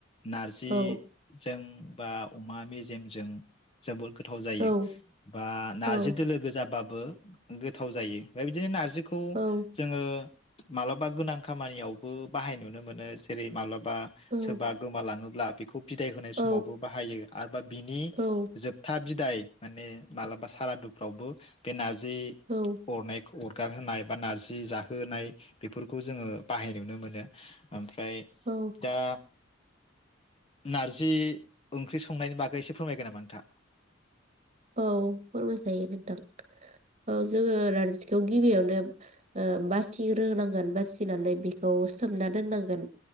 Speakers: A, on the left; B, on the right.
A: नारजिजों
B: औ
A: बा अमा मेजेमजों जोबोर गो थाव जायो
B: औ
A: बा नारजि
B: औ
A: दोलो गोजाबा बो गोथाव जायो फाय बिदिनो नार जिखौ ओ
B: औ
A: मालाबा गोनां खामानियावबो बाहाय नुनो मोनो जेरै माला बा
B: औ
A: सोरबा गोमालाङो ब्ला बेखौ बिदाय होनाय
B: औ
A: समावबो बाहायो आरोबा बिनि
B: औ
A: जोबथा बि दाय माने मालाबा सारादुफ्रावबो बे नार जि
B: औ
A: अरनाय अरगार होनाय बा नार जि जाहोनाय बेफोरखौ जोङो बाहाय नुनो मोनो ओम फ्राय
B: औ
A: दा नारजि ओंख्रि संनायनि बागै एसे फोरमायगोन नामा नोंथाङा
B: औ फोरमाय जायो नोंथां औ जोङो नारजिखौ गिबियावनो ओ बासिग्रो नांगोन बासिनानै बेखौ सोमना दोननांगोन।